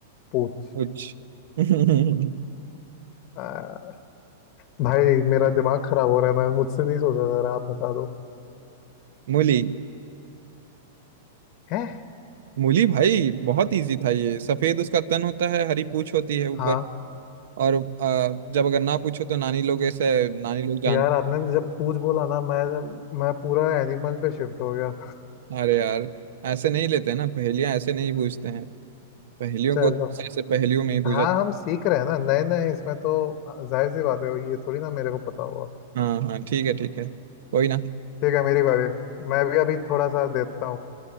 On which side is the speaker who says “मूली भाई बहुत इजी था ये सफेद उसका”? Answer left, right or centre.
Right